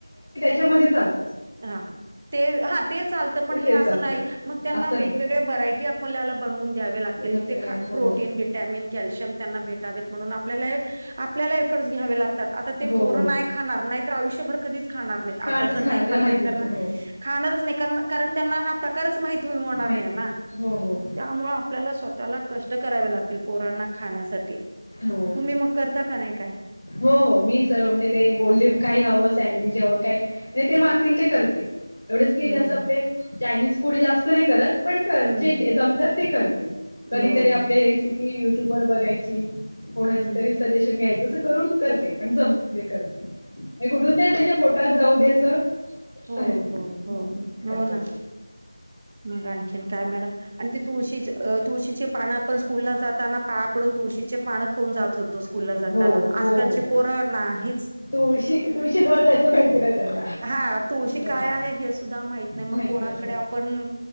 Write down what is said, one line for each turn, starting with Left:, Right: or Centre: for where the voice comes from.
Left: त्या म चालतो
Right: हा हा ते हा ते चालतं पण हे
Left: ते चालतं
Right: असं नाही मग त्यांना
Left: असं
Right: वेगवेगळे व्हरायटी आपल्याला बनवून द्यावे
Left: नाही
Right: लागतील ते
Left: हो
Right: प्रोटीन व्हटॅमिन कॅल्शियम त्यांना भेटावेत म्हणून आपल्याला आपल्याला एफर्टस घ्यावे लागत आता ते
Left: हो
Right: पोरं
Left: हो
Right: नाही खाणार नाही तर आयुष्यभर कधीच खाणार नाही
Left: खाणारच
Right: आता जर
Left: खाणार
Right: नाही खाल्ली
Left: त्याला माहितीच
Right: तर
Left: नाही हो
Right: खाणारच नाही कार कारण त्यांना हा प्रकारच माहिती होणार
Left: माहिती
Right: नाही ना
Left: हो
Right: मग
Left: हो
Right: त्यामुळे आपल्याला स्वतःला कष्ट करावे लागतील पोरांना खाण्यासाठी
Left: हो
Right: तुम्ही मग करता का नाही काय
Left: हो हो मी सर्व म्हणजे ते बोलले काय हवं सँडविच हवं काय नाही ते मागतील ते करते एवढंच क
Right: हम्म
Left: जा आपले चायनीज फूड जास्त नाही करत पण
Right: हम्म
Left: जे जमतात ते करते कधीतरी
Right: हो
Left: आपल्या
Right: हो
Left: रेसिपी युट्यूब वर बघायची कोणाची
Right: हम्म
Left: तरी सजेशन घ्यायचं अस करून करते पण जमते करते कुठून तरी त्यांच्या पोटात जाऊ दे असं
Right: हो
Left: आहे.
Right: हो
Left: हम्म
Right: हो
Left: करतात
Right: हो ना मग आणखी काय मॅडम आणि तुळशी तुळशीची पानं आपण स्कूलला जाताना पाया पडून तुळशीचे पाण खाऊन जात होतो स्कूलला जात
Left: हो
Right: आजकालची
Left: हो हो.
Right: पोरणा हच
Left: तुळशी तुळशी जळ जायचं माहिती ना त्यांना
Right: हा
Left: हा
Right: काय आहे हे सुा माहत नाही म
Left: माहिती
Right: पोरांकडे
Left: नसतं.
Right: पण